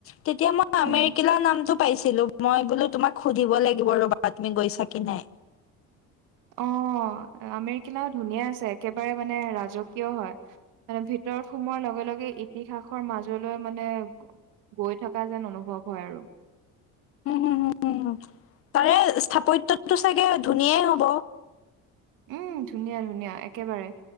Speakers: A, on the left (about 45°); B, on the right (about 80°).
A: তেতিয়া মই আমেৰিকা
B: উম
A: নামটো পাইছিলো, মই বোলো তোমাক সুধিব লাগিব ৰবা। <unintelligible> গৈছাকে নাই।
B: অ' আমেৰিকিলাও ধুনীয়া আছে, একেবাৰে মানে ৰাজকীয় হয় তাৰ ভিতৰত ভিতৰত সোমোৱাৰ লগে লগে ইতিহাসৰ মাজলৈ মানে। গৈ থকা যেন অনুভৱ হয়, আৰু
A: উম, হম, হম, হম, তাৰে স্থাপত্যৰ টো চাগে ধুনীয়াই হ'ব।
B: উম, ধুনীয়া ধুনীয়া একেবাৰে